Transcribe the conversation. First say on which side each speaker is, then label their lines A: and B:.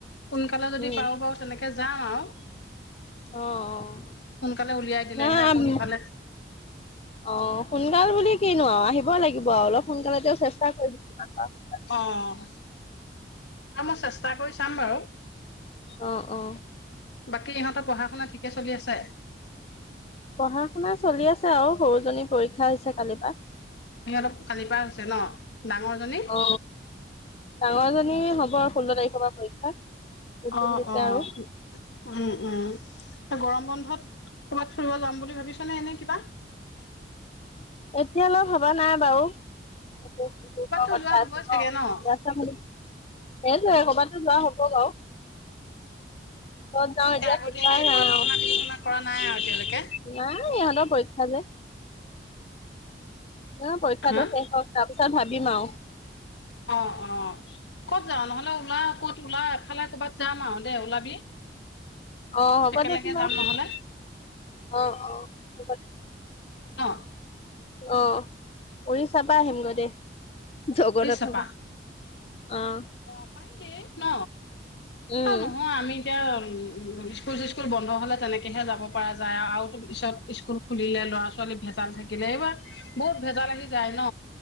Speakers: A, on the left (about 75°); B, on the left (about 35°).
A: সোনকালে যদি
B: উম
A: পাৰোঁ বাৰু তেনেকে যাম আৰু।
B: অ', অ'।
A: সোনকালে উলিয়াই দিলেহে
B: না
A: আকৌ সিফালে
B: অ' সোনকাল বুলি কিনো আৰু, আহিবই লাগিব আৰু অলপ সোনকালে তেওঁ চেষ্টা কৰিব <unintelligible>
A: অ'। আ, মই চেষ্টা কৰি চাম বাৰু।
B: অ অ
A: বাকী ইহঁতৰ পঢ়া শুনা ঠিকে চলি আছে?
B: পঢ়া শুনা চলি আছে আৰু, সৰু জনী পৰীক্ষা আহিছে কালিৰ পৰা।
A: সিহঁতৰ কালিৰ পৰা হৈছে ন' ডাঙৰজনী?
B: অ ডাঙৰজনী হ'ব, ষোল্ল তাৰিখৰ পৰা পৰীক্ষা। ৰুটিন
A: অ',
B: দিছে
A: অ'।
B: আৰু
A: উম, উম, গৰম বন্ধত ক'বাত ফুৰিব যাম বুলি ভাবিছ নে এনে কিবা?
B: এতিয়ালৈ ভবা নাই বাৰু। <unintelligible>
A: ক'ৰবাততো
B: কথা
A: যোৱা হ'বই
B: আছে
A: চাগে
B: ন,
A: অ
B: <unintelligible> সেইটোৱে কবাতটো যোৱা হব বাৰু। কত যাওঁ
A: তাকে
B: এতিয়া
A: আগতীয়াকে
B: ঠিকান
A: একো
B: নাই
A: আলোচনা
B: আৰু।
A: বিলোচনা
B: নাই
A: কৰা আৰু এতিয়ালৈকে
B: ইহঁতৰ পৰীক্ষা যে। অ', পৰীক্ষাটো
A: হা
B: শেষ হওক তাৰ পিছত ভাবিম আৰু।
A: অ', অ'। ক'ত যাওঁ নহ'লে ওলা ক'ত ওলা, এফালে ক'বাত যাম আৰু দে ওলাবি।
B: অ', হ'ব
A: একেলগে
B: দেচোন বাৰু
A: যাম নহ'লে
B: অ', অ'। হ'ব দে
A: অ'।
B: অ', উৰিষ্যাপা আহিম
A: পুলিচ
B: গৈ দে, জগন্নাথ
A: চাপা
B: পা। অ'।
A: অ', পায়েই ন,
B: উম,
A: নহয় আমি এতিয়া স্কুল চিস্কুল বন্ধ হ'লে তেনেকৈহে যাব পৰা যায় আৰু পিছত স্কুল খুলিলে ল'ৰা ছোৱালী ভেজাল থাকিলে, এইবাৰ বহুত ভেজাল আহি যায় ন।